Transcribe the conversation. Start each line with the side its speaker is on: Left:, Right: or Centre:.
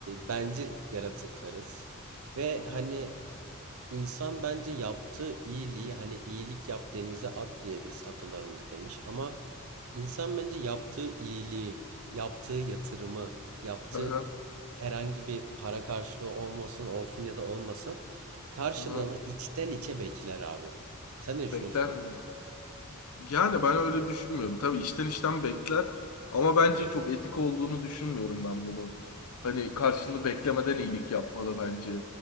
Right: bencil yaratıklarız. Ve
Left: hı.
Right: hani insan bence yaptığı iyiliği hani iyilik yap denize at diye biz atalarımız demiş. Ama insan bence yaptığı iyiliği, yaptığı yatırımı, yaptığı
Left: Aha,
Right: herhangi bir para karşılığı olmasın olsun ya da olmasın karşılığını
Left: aha.
Right: içten içe bekler abi. Sen ne düşünüyorsun?
Left: Bekler miyiz? Yani ben öyle düşünmüyorum. Tabii işten işten bekler ama bence çok etik olduğunu düşünmüyorum ben bunun. Hani karşılığını beklemeden iyilik yapmalı bence.